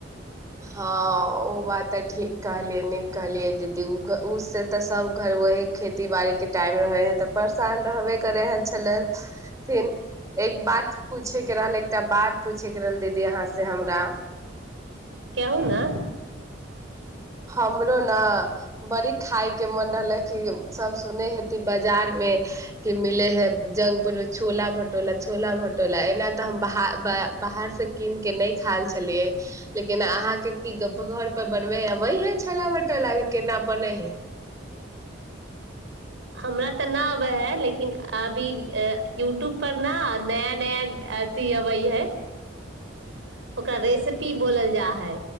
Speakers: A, on the right; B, on the right.
A: हँ ओ बात तऽ ठीक कहलियै निक कहलियै दीदी ओ ओ से तऽ सभ घर ओह खेती बाड़ीके टाइम रहै हइ तऽ परेशान रहबे करै हऐल छले। <unintelligible> एक बात। पूछय के रहल एकटा बात पूछेके रहल दीदी यहाँ से हमरा।
B: कैहौ न।
A: हमरो न बड़ी खााय के मन रहलै कि सब सुनै हेती बाजार मे। के मिले हे जक फुल मे छोला भटोला छोला भटोला एना तऽ हम बाहर से कीन के नहि खायल छलियै लेकिन अहाँ के की गप घर पर बनबे अबै है छोला भटेरा के केना बनै है।
B: हमरा तऽ न अबे है लेकिन अभी यूट्यूब पर न नया -नया अथी अबै है ओकरा रेसिपी बोलल जा है।